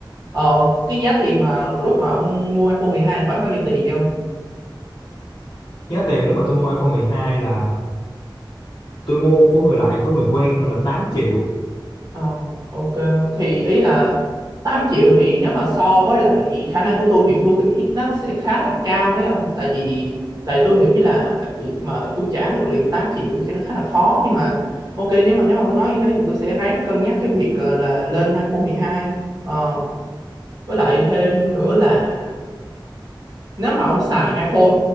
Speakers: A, on the right; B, on the left.
A: ờ, cái giá tiền mà lúc mà ông mua iPhone 12 là khoảng bao nhiêu tiền vậy không?
B: Giá tiền lúc mà tôi mua iPhone mười hai là tôi mua của người lại của người quen là tám triệu
A: Ờ, ok thì ý là 8 triệu thì nếu mà so với lại khả năng của tôi thì tôi nghĩ nó sẽ khá là cao đấy không tại vì tại tôi nghĩ là việc mà tôi trả được liền 8 triệu thì nó khá là khó nhưng mà ok nếu mà nếu mà ông nói như thế thì tôi sẽ ráng cân nhắc cái việc ờ, là lên iPhone 12 Ờ, với lại thêm nữa là nếu mà ông xài iPhone